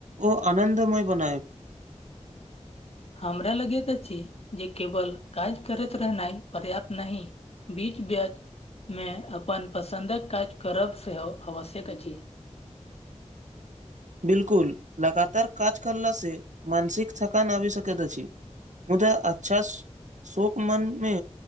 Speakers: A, on the right; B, on the left.
A: ओ आनन्दमय बनाएब।
B: हमरा लगैत अछि जे केवल काज करैत रहनाइ पर्याप्त नहि। बीच बच मे अपन पसन्दक काज करब सेहो आवश्यक अछि।
A: बिल्कुल लगातार काज करलासँ मानसिक थकान आबि सकैत अछि। मुदा अच्छास शोक मनमे